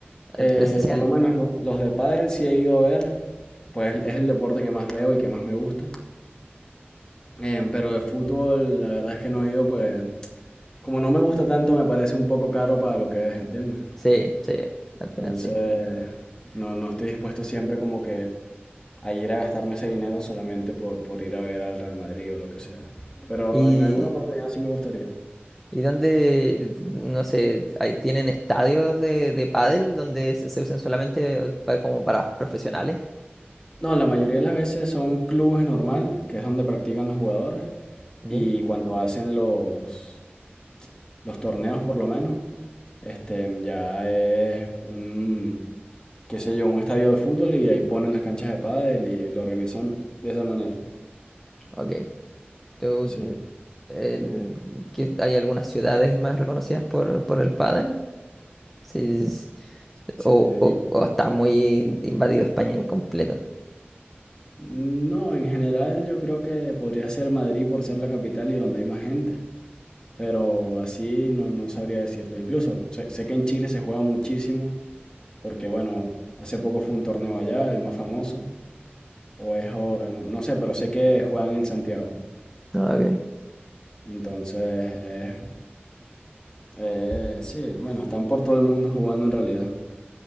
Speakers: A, in the centre; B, on the left.
A: eh,
B: Eh,
A: presencial.
B: por lo menos lo- los de pádel sí he ido a ver, pues es el deporte que más veo y que más me gusta. Eh, pero de fútbol, la verdad es que no he ido, pues como no me gusta tanto, me parece un poco caro para lo que es, ¿entiendes?
A: Sí, sí, al
B: Entonces,
A: final sí.
B: no, no estoy dispuesto siempre como que a ir a gastarme ese dinero solamente por, por ir a ver al Real Madrid o lo que sea. Pero
A: ¿Y,
B: en alguna oportunidad sí me gustaría.
A: y dónde, no sé, ahí tienen estadios de, de pádel donde se, se usan solamente pa- como para profesionales?
B: No, la mayoría de las veces son clubes normal, que es donde practican los jugadores,
A: okay
B: y cuando hacen los, los torneos por lo menos, este, ya es un, qué sé yo, un estadio de fútbol y ahí ponen las canchas de pádel y lo organizan de esa manera.
A: okay ¿Tú,
B: Sí,
A: mm, el- que hay algunas ciudades más reconocidas por, por el pádel? Sí, sí, sí.
B: si
A: o,
B: te digo.
A: o o está muy invadido España en completo.
B: No, en general yo creo que podría ser Madrid por ser la capital y donde hay más gente. Pero así no, no sabría decirte. Incluso sé, sé que en Chile se juega muchísimo, porque bueno, hace poco fue un torneo allá, el más famoso, o es ahora, no, no sé, pero sé que juegan en Santiago.
A: Ah, Ok.
B: Entonces, eh, eh, sí, bueno, están por todo el mundo jugando en realidad.